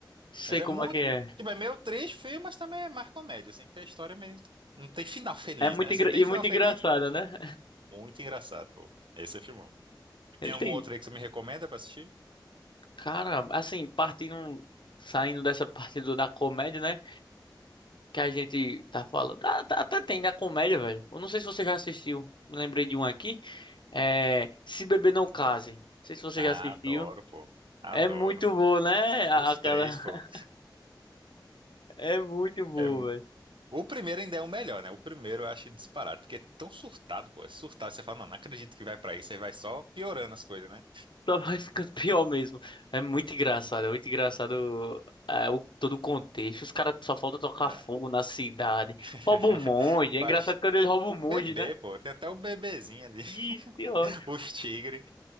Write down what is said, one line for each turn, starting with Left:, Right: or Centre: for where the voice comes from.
Left: Sei
Right: Mas é
Left: como
Right: muito,
Left: é que é.
Right: tipo, é meio triste, feio, mas também é mais comédia, assim, porque a história é meio... Não tem final feliz,
Left: É muito,
Right: né? Assim,
Left: engra...
Right: tem
Left: e muito
Right: final feliz,
Left: engraçada, né?
Right: muito engraçado, pô. Esse é filmão.
Left: <laughs> Ele
Right: Tem algum
Left: tem
Right: outro aí que você me recomenda pra assistir?
Left: Cara, assim, partindo, saindo dessa parte do- da comédia, né? Que a gente tá falando. Ah, tá- Até tem da comédia, velho. Eu não sei se você já assistiu. Me lembrei de um aqui. É. Se Beber Não Case. Não sei se você
Right: Ah,
Left: já assistiu.
Right: adoro, pô. Adoro.
Left: É muito bom, né? A-
Right: Os
Left: Aquela.
Right: três, pô.
Left: <laughs> É muito bom,
Right: É mu-
Left: velho.
Right: O primeiro ainda é o melhor, né? O primeiro eu acho disparado, porque é tão surtado, pô. É surtado. Você fala, não, não acredito que vai pra isso. Aí vai só piorando as coisas, né?
Left: Só vai ficando <laughs> pior mesmo. É muito engraçado, é muito engraçado é, o, todo o contexto. Os caras só faltam tocar
Right: É.
Left: fogo na cidade.
Right: <laughs>
Left: Rouba um monge. É engraçado
Right: Faz
Left: quando eles roubam
Right: o
Left: um monge,
Right: bebê,
Left: né?
Right: pô. Tem até o bebezinho ali. <laughs>
Left: Ih, de ódio.
Right: Os tigres.